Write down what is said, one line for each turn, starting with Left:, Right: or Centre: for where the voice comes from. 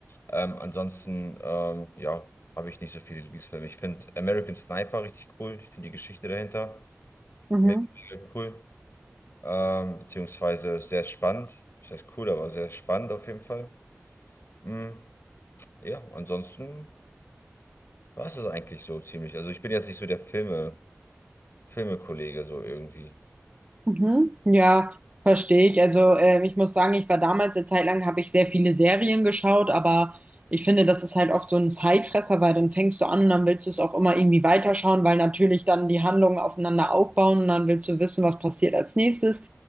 Left: Ähm, ansonsten, ähm, ja, habe ich nicht so viele Lieblingsfilme. Ich finde American Sniper richtig cool. Ich finde die Geschichte dahinter
Right: Mhm.
Left: mega, mega cool. Ähm, beziehungsweise sehr spannend. Das heißt cool, aber sehr spannend auf jeden Fall. Mm, ja, ansonsten war es das eigentlich so ziemlich. Also ich bin jetzt nicht so der Filme, Filmekollege so irgendwie.
Right: Mhm. Ja, verstehe ich. Also äh, ich muss sagen, ich war damals eine Zeit lang, habe ich sehr viele Serien geschaut, aber ich finde, das ist halt oft so ein Zeitfresser, weil dann fängst du an und dann willst du es auch immer irgendwie weiterschauen, weil natürlich dann die Handlungen aufeinander aufbauen und dann willst du wissen, was passiert als nächstes.